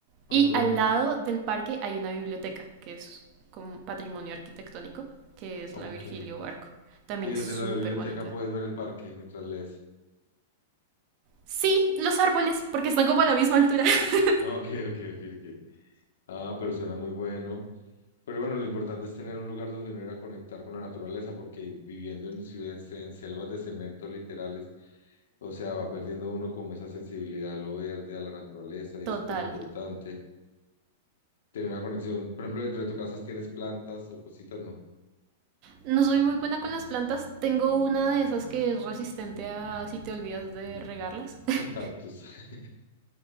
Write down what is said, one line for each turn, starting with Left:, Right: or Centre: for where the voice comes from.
Left: Ah,
Right: Y
Left: qué
Right: al
Left: bueno.
Right: lado del parque hay una biblioteca, que es como patrimonio arquitectónico, que es
Left: Aunque.
Right: la Virgilio Barco. También
Left: Y desde
Right: es súper
Left: la biblioteca
Right: bonita.
Left: puedes ver el parque mientras lees.
Right: Sí, los árboles, porque están como a la misma altura. <laughs>
Left: Ah, ok, <laughs> ok, ok, ok. Ah, pero suena muy bueno. Pero bueno, lo importante es tener un lugar donde uno ir a conectar con la naturaleza, porque viviendo en ciudades, en selvas de cemento literales, o sea, va perdiendo uno como esa sensibilidad a lo verde, a la naturaleza, y
Right: Total.
Left: es súper importante tener una conexión. Por ejemplo, entre tu casa tienes plantas o cositas, no,
Right: No soy muy buena con las plantas. Tengo una de esas que es resistente a si te olvidas de regarlas. <laughs>
Left: un cactus. <laughs>